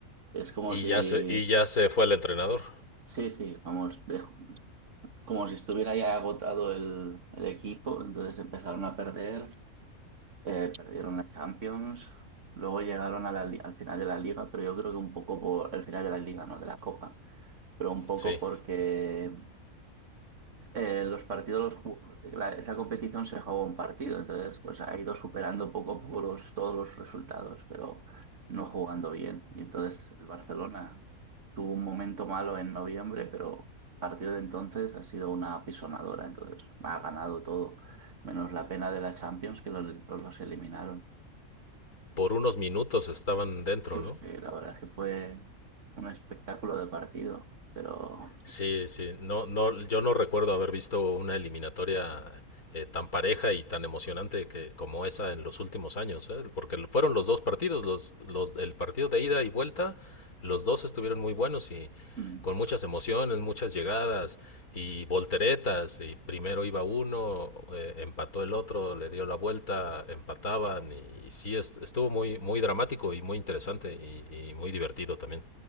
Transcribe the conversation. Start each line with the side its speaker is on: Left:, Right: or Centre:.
Right: Es como
Left: Y
Right: si...
Left: ya se, y ya se fue el entrenador,
Right: Sí, sí, vamos, de- como si estuviera ya agotado el, el equipo, entonces empezaron a perder Eh, perdieron la Champions, luego llegaron a la li- al final de la liga, pero yo creo que un poco por el final de la liga, no de la Copa, pero un poco
Left: sí.
Right: porque eh, los partidos, los ju- la- esa competición se jugó un partido, entonces pues ha ido superando poco a poco los- todos los resultados, pero no jugando bien. Y entonces el Barcelona tuvo un momento malo en noviembre, pero a partir de entonces ha sido una apisonadora, entonces ha ganado todo, menos la pena de la Champions que los los eliminaron.
Left: Por unos minutos estaban dentro,
Right: Pues
Left: ¿no?
Right: sí, la verdad es que fue un espectáculo de partido, pero
Left: Sí, sí, no, no, yo no recuerdo haber visto una eliminatoria eh, tan pareja y tan emocionante que, como esa en los últimos años, ¿eh? porque lo- fueron los dos partidos, los, los, el partido de ida y vuelta, los dos estuvieron muy buenos y
Right: mm,
Left: con muchas emociones, muchas llegadas y volteretas, y primero iba uno, eh, empató el otro, le dio la vuelta, empataban, y, y sí, est- estuvo muy, muy dramático y muy interesante y, y muy divertido también.